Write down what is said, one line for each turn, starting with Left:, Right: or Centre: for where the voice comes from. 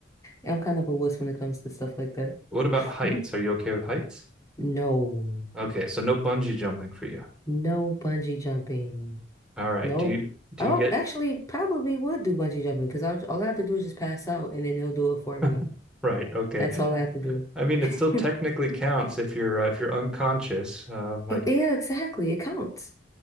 Left: I'm kind of a wuss when it comes to stuff like that.
Centre: What about
Left: <laughs>
Centre: heights? Are you okay with heights?
Left: No.
Centre: Okay, so no bungee jumping for you.
Left: No bungee jumping.
Centre: All right.
Left: Nope.
Centre: Do you do
Left: Oh,
Centre: you get
Left: actually, probably would do bungee jumping because I'll, all I have to do is just pass out and then they'll do it for me.
Centre: <laughs> right? Okay.
Left: That's all I have to do.
Centre: I mean,
Left: <laughs>
Centre: it still technically counts if you're uh, if you're unconscious. Uh, like,
Left: It- yeah, exactly. It counts.